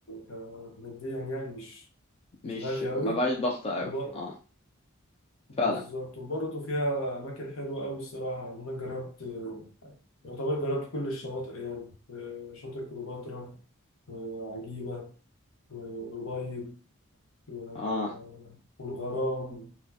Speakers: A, on the left; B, on the left.
A: ك- ماديا يعني مش مش
B: مش
A: غالية قوي
B: ما بقاش ضغط قوي
A: وب...
B: اه
A: بالظبط
B: فعلا
A: وبرضو فيها اماكن حلوة قوي الصراحة يعني انا جربت آه، يعتبر جربت كل الشواطئ يعني آه، شاطئ كليوباترا وعجيبة والأبيض و-
B: اه
A: والغرام